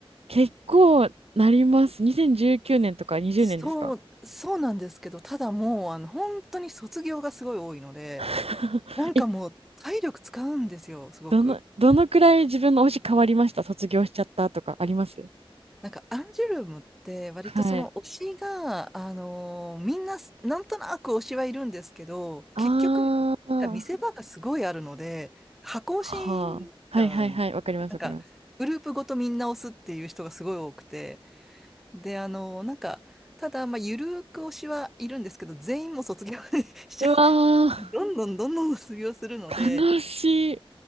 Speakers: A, on the right; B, in the centre.
A: 結構なります。2019年とか20年ですか
B: そう、そうなんですけど、ただもう、あの、本当に卒業がすごい多いので、
A: <laughs>
B: なんかもう体力使うんですよ、
A: え、
B: すごく。
A: どの、どのくらい自分の推し変わりました卒業しちゃったとかあります
B: なんかアンジュルムって割とその推しが、
A: はい。
B: あのーみんなすなんとなく推しはいるんですけど、
A: ああ。
B: 結局なんか見せ場がすごいあるので、箱推しになっちゃうん。
A: はあ。はいはいはい。わかりますわかります。
B: なんかグループごとみんな推すっていう人がすごい多くて、で、あのーなんか、ただ、まあ、ゆるーく推しはいるんですけど、全員も卒業 <laughs> しちゃう。
A: うわ
B: どんどんどんどん卒業するので、
A: ー悲しい。